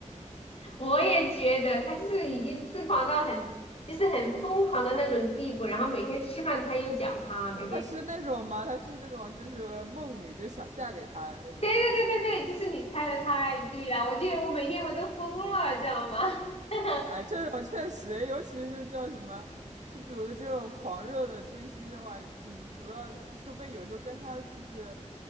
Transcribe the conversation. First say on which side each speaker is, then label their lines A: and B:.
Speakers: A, on the left; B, on the right.
A: 我也觉得他就是已经痴狂到很，就是很疯狂的那种地步。然后每天吃饭他又讲他，每天
B: 他是那种吗？他是不是那种就是梦女，就想嫁给他的那种吗？
A: 对对对对对，就是你猜的太对了，我记得我每天我都疯了，知道吗？<laughs>
B: 哎，这种确实，尤其是叫什么，就比如这种狂热的追星的话，你主要说不定有时候跟他就是